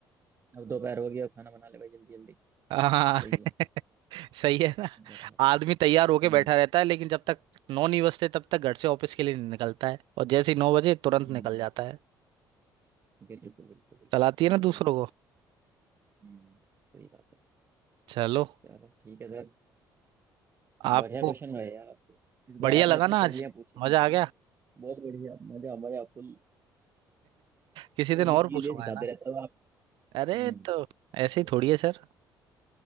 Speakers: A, on the right (about 30°); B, on the right (about 80°).
A: अब दोपहर हो गया खाना बना ले भाई जल्दी जल्दी
B: हाँ
A: सही है
B: <laughs> सही है ना
A: बढ़िया बढ़िया
B: आदमी तैयार होके
A: हम्म
B: बैठा रहता है लेकिन जब तक नौ नहीं बजते तब तक घर से ऑफिस के लिए नहीं निकलता है और जैसे ही नौ बजे तुरंत
A: हम्म
B: निकल जाता है
A: बिल्कुल बिल्कुल बिल्कुल
B: चलाती
A: बहुत
B: है ना
A: बढ़िया
B: दूसरों को
A: हम्म सही बात है
B: चलो
A: चलो ठीक है सर
B: आपको
A: बढ़िया क्वेश्चन रहे यार आपके इस बार
B: बढ़िया
A: आपने
B: लगा
A: अच्छी
B: ना
A: पहेलियां
B: आज
A: पूछी
B: मजा
A: मुझसे
B: आ गया
A: बहुत बढ़िया मजा मजा फुल
B: किसी
A: नई
B: दिन
A: नई
B: और
A: चीजें
B: पूछूंगा
A: सिखाते
B: है ना
A: रहते हो आप
B: अरे
A: हम्म
B: तो
A: बिल्कुल
B: ऐसे ही थोड़ी है सर